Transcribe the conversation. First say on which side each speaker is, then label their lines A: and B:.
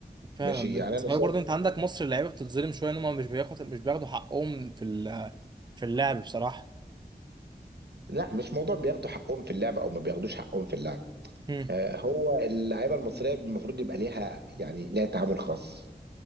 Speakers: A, on the right; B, on the right.
A: فعلا
B: ماشي يعني
A: بس
B: انا
A: خلي برضه
B: شايف
A: انت عندك مصر اللعيبه بتتظلم شويه ان هم مش بياخد مش بياخدوا حقهم في ال- في اللعب بصراحه
B: لا مش موضوع بياخدوا حقهم في اللعب او ما بياخدوش حقهم في اللعب
A: امم
B: آه، هو اللعيبه المصريه المفروض يبقى ليها يعني ليها تعامل خاص